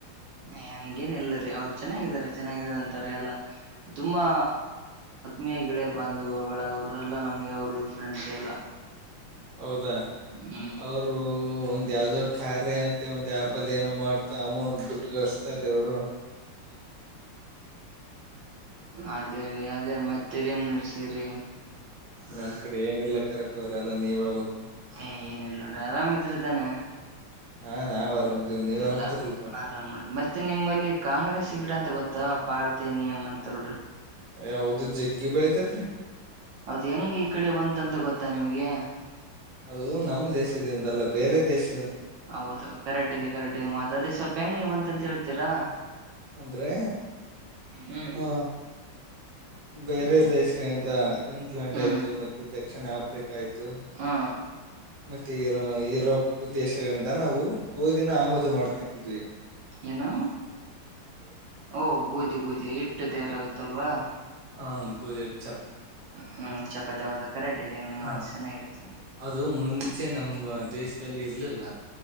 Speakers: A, on the right; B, on the right.
A: ಹ ಹಂಗೇನ್ ಇಲ್ಲರಿ ಅವ್ರು ಚೆನ್ನಾಗಿದ್ದಾರೆ ಚೆನ್ನಾಗಾರ ಅಂತಾರೆ ಎಲ್ಲ ತುಂಬಾ ಮಿಯ ಗಿಳಿಯ ಬಂದ್ ಬೆಳಗವ್ರು ಎಲ್ಲಾ ನಮ್ಗೆ ಅವರು ಫ್ರೆಂಡ್ಸ್ ಎಲ್ಲ
B: ಹೌದಾ
A: ಹ್ಮ್
B: ಅವರು ಒಂದ ಯಾವ್ದೋ ಕಾರ್ಯ ಅಂತ ಒಂದು ಆ್ಯಪಲ್ಲಿ ಏನೋ ಮಾಡ್ ಮ ಅಮೌಂಟ್ ದುಡ್ಡುಗಸ್ತಾರ ರೀ ಅವ್ರು
A: ಅದೇ ರೀ ಅದೇ ಮತ್ತೆರಿ ಏನ್ ನಡೆಸೀರಿ
B: ನಮ ಕಡೆ ಏನಿಲ್ಲ ಕರಪವ್ರ ಎಲ್ಲಾ ನೀವ್ ಹೇಳ್ಬೇಕು
A: ಹ ಏನಿಲ್ಲ ನೋಡ್ರಿ ಆರಾಮಿದ್ದೀರಾ ತಾನೆ
B: ಹಾ ನಾವ್ ಆರಾಮದೀವ್ ನೀವ್
A: ಎಲ್ಲ
B: ಆರಾಮದಿರಲ್ರರಿ
A: ಆರಾಮ್ ಮಾಡಿ ಮತ್ತೆ ನಿಮ್ಮಲ್ಲಿ ಕಾಂಗ್ರೆಸ್ ಗಿಡ ಅಂತ ಗೊತ್ತ ತ ಪಾರ್ತೇನಿಯಂ ಅಂತ ನೋಡ್ರಿ
B: ಎ ಹೌದು ಬೆಳಿತೇತ್ರಿ
A: ಅದ್ ಹೆಂಗ್ ಈ ಕಡೆ ಬಂತ್ ಗೊತ್ತಾ ನಿಮ್ಗೆ
B: ಅದು ನಮ್ಮ್ ದೇಶದಿಂದಲ್ಲ ಬೇರೆ ದೇಶ
A: ಹೌದು ಕರೆಕ್ಟ್ ಇದೆ ಕರೆಕ್ಟ್ ಇದೆ ನಿಮ್ಮ ಮಾತ ಅದೇ ಸ್ವಲ್ಪ ಹೆಂಗೆ ಬಂತಂತ ಹೇಳ್ತೀರಾ
B: ಅಂದ್ರೆ
A: ಹ್ಮ್
B: ಆ ಬೇರೆ ದೇಶಗಳಿಂದ ಇಂಗ್ಲೆಂಡ್
A: ಹ್ಮ್
B: ಆಯ್ತು ಮತ್ತೆ ದಕ್ಷಿಣ ಆಫ್ರಿಕಾ ಆಯ್ತು
A: ಹಾ
B: ಮತ್ತೆ ಯುರೋ ಯರೋಪ್ ದೇಶಗಳಿಂದ ನಾವು ಗೋಧಿನ ಆಮದು ಮಾಡ್ಕೊತಿದ್ವಿ
A: ಏನು ಓ ಗೋಧಿ ಗೋಧಿ ಇಟ್ಟು ತಯಾರಾಗುತ್ತ ಅಲ್ವಾ
B: ಹ ಗೂದಿದ್
A: ಹ್ಮ್ ಚಪಾತಪದ ಕಿದ್ದ
B: ಹ
A: ಮತ್ಸತಿ
B: ಅದು ಮುಂಚೆ ನಮ ದೇಶದಲ್ಲಿ ಇರ್ಲಿಲ್ಲ